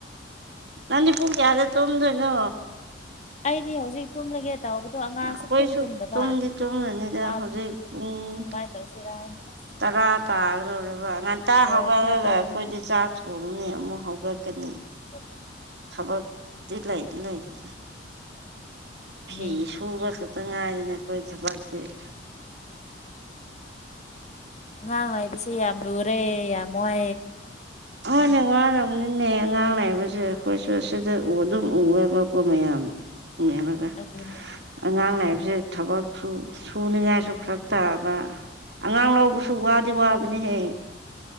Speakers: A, on the right; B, on the left.
A: ꯅꯪꯗꯤ ꯄꯨꯡ ꯀꯌꯥꯗ ꯇꯨꯝꯗꯣꯏꯅꯣ
B: ꯑꯩꯗꯤ ꯍꯧꯖꯤꯛ ꯇꯨꯝꯂꯒꯦ ꯇꯧꯕꯗꯣ ꯑꯉꯥꯡ
A: ꯑꯩꯈꯣꯏꯁꯨ
B: ꯁꯁꯨꯛ ꯇꯨꯝ ꯇꯨꯝꯗꯕ
A: ꯇꯨꯝꯗꯤ
B: ꯑꯗꯨꯒꯤ
A: ꯇꯨꯝꯂꯅꯤꯗ
B: ꯏꯄꯥꯕꯨ
A: ꯍꯧꯖꯤꯛ ꯄꯨꯡ
B: ꯁꯨꯃꯥꯏꯅ ꯇꯧꯁꯤꯔꯥ ꯍꯥꯏꯅꯁ
A: ꯇꯔꯥ ꯇꯥꯒꯗꯣꯏꯔꯕ ꯉꯟꯇꯥ
B: ꯀꯣꯜ
A: ꯍꯧꯒꯠꯂꯒ
B: ꯈꯔ ꯇꯧꯒꯦ
A: ꯑꯩꯈꯣꯏꯗꯤ ꯆꯥꯛ ꯊꯣꯡꯅꯤ ꯑꯃꯨꯛ ꯍꯧꯒꯠꯀꯅꯤ
B: ꯑꯣ
A: ꯊꯕꯗꯤꯤ ꯂꯩꯗꯤ ꯂꯩꯇꯦꯗ ꯐꯤ
B: ꯃꯤ
A: ꯁꯕꯁ ꯇꯉꯥꯏꯗꯅꯦ ꯑꯩꯈꯣꯏ ꯊꯕꯛ ꯄꯤꯔ
B: ꯉꯉꯥꯡ ꯉꯥꯏꯕꯤꯁꯦ ꯌꯥꯝ ꯂꯨꯔꯦ ꯌꯥꯝ ꯋꯥ
A: ꯎꯝ ꯍꯣꯏꯅ ꯉꯥꯏꯔꯔꯕꯅꯤꯅꯦ ꯑꯉꯥꯡ ꯂꯥꯛꯏꯕꯁꯦ ꯑꯩꯈꯣꯏꯁꯨ ꯑꯁꯤꯗ ꯎ ꯑꯗꯨꯝ ꯎꯋꯦꯕꯀꯣ ꯃꯌꯥꯝ ꯌꯦꯃꯒ
B: ꯑꯗꯨꯅꯦ
A: ꯑꯉꯥꯡ ꯂꯥꯛꯏꯕꯕꯁꯤꯦ ꯊꯕꯛꯁꯨ ꯁꯨꯅꯤꯉꯥꯏꯁꯨ ꯐꯔꯛ ꯇꯥꯕ ꯑꯉꯥꯡ ꯂꯧꯕꯁꯨ ꯋꯥꯗꯤ ꯋꯥꯕꯅꯤꯍꯦ